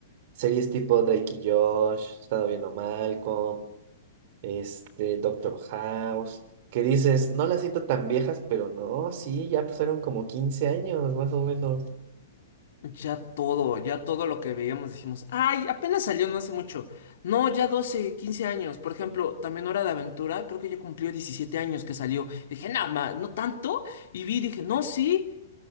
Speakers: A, on the right; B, on the left.
A: series tipo Drake y Josh, he estado viendo Malcolm, este, Doctor House, que dices, no las siento tan viejas, pero no, sí, ya pasaron como quince años, más o menos.
B: <laughs> ya todo, ya todo lo que veíamos decimos, ay, apenas salió no hace mucho. No, ya 12 15 años. Por ejemplo, también Hora de Aventura, creo que ya cumplió 17 años que salió. Y dije, nada más, no tanto. Y vi, dije, no, sí,